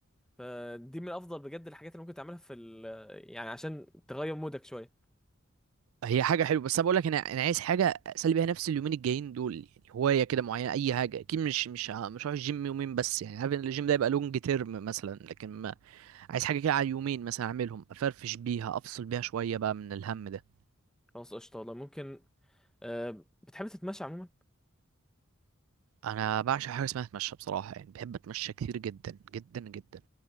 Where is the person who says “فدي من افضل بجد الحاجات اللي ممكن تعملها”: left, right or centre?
Centre